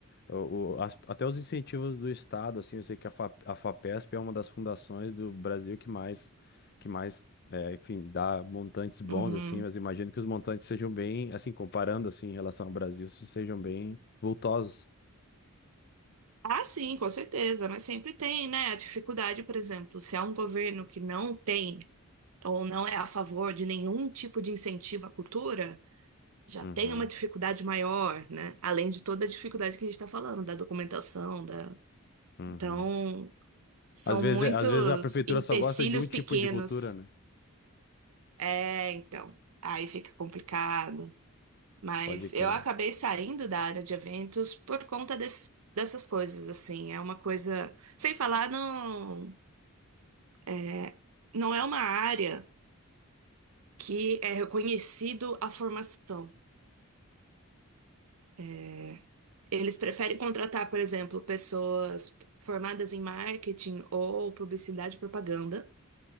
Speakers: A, on the left (about 50°); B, on the right (about 80°).
A: o, o- as- até os incentivos do estado, assim, eu sei que a, Fa- a FAPESP é uma das fundações do Brasil que mais, que mais, é, enfim, dá montantes bons,
B: Uhum.
A: assim, mas imagino que os montantes sejam bem, assim, comparando, assim, em relação ao Brasil, sejam bem vultosos.
B: Ah, sim, com certeza, mas sempre tem, né? A dificuldade, por exemplo, se há um governo que não tem ou não é a favor de nenhum tipo de incentivo à cultura, já
A: Uhum,
B: tem uma dificuldade maior, né? Além de toda a dificuldade que a gente está falando, da documentação, da.
A: uhum.
B: Então, São
A: Às vezes,
B: muitos
A: é, às vezes a prefeitura
B: empecilhos
A: só gosta de um
B: pequenos.
A: tipo de cultura, né?
B: É, então, aí fica complicado. Mas
A: Pode crer.
B: eu acabei saindo da área de eventos por conta desses, dessas coisas, assim. É uma coisa. Sem falar, não é, não é uma área que é reconhecido a formação. É, Eles preferem contratar, por exemplo, pessoas formadas em marketing ou publicidade e propaganda,